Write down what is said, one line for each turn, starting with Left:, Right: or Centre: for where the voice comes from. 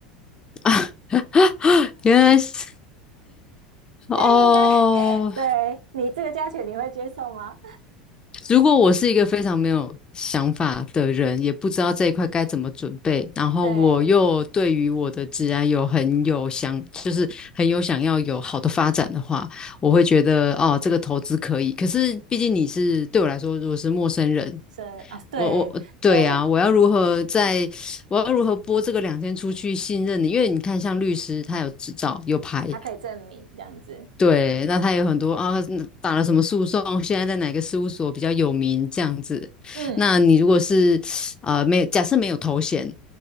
Left: <laughs> 啊？<laughs> 原来是哦。
Right: 但应该 <laughs> 对你这个价钱你会接受吗？
Left: 如果我是一个非常没有想法的人，也不知道这一块该怎么准备，然后我又对于我的职涯有很有想，
Right: 对，
Left: 就是很有想要有好的发展的话，我会觉得哦，这个投资可以。可是毕竟你是对我来说，如果是陌生人，
Right: 是啊，对对，
Left: 我我我对啊，我要如何在我要如何播这个两天出去信任你？因为你看，像律师他有执照有牌，
Right: 他可以证明这样子。
Left: 对，那他有很多啊，打了什么诉讼，现在在哪个事务所比较有名这样子。
Right: 嗯
Left: 那你如果是啊，没有假设没有头衔